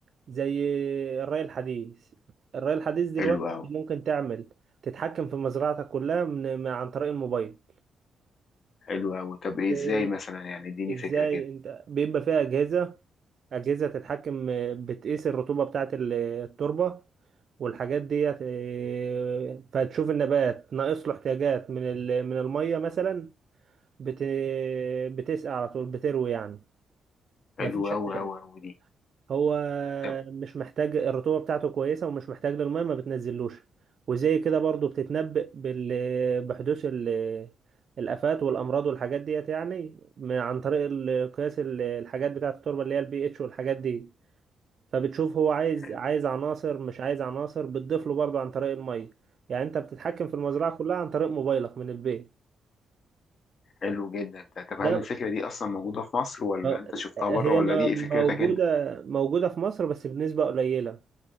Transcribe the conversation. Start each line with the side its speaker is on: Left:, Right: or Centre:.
Right: زي الري الحديث الري الحديث دلوقتي
Left: حلو قوي
Right: انت ممكن تعمل تتحكم في مزرعتك كلها من عن طريق الموبايل
Left: حلو قوي طب ايه
Right: إيه،
Left: ازاي مثلا يعني اديني
Right: ازاي
Left: فكره كده
Right: انت بيبقى فيها اجهزه أجهزة تتحكم بتقيس الرطوبة بتاعة ال- التربة والحاجات ديت إيه، فتشوف النبات ناقص له احتياجات من ال- من المية مثلا بت بتسقى على طول بتروي يعني
Left: حلو
Right: مفيش
Left: قوي
Right: احتياج
Left: قوي قوي دي
Right: هو
Left: طب
Right: مش محتاج الرطوبة بتاعته كويسة ومش محتاج للمية ما بتنزلوش وزي كده برضو بتتنبأ بال بحدوث ال الآفات والأمراض والحاجات ديت يعني من عن طريق ال- قياس ال- الحاجات بتاعة التربة اللي هي البي اتش والحاجات دي فبتشوف هو عايز
Left: حلو
Right: عايز
Left: جدا
Right: عناصر مش عايز عناصر بتضيف له برضه عن طريق الميه يعني انت بتتحكم في المزرعه كلها عن طريق موبايلك من البيت
Left: حلو جدا طب
Right: ده
Left: هل الفكره دي اصلا موجوده في مصر ولا
Right: م-
Left: انت شفتها
Right: هي
Left: بره ولا
Right: م-
Left: دي فكرتك
Right: موجوده موجوده في مصر بس بنسبه قليله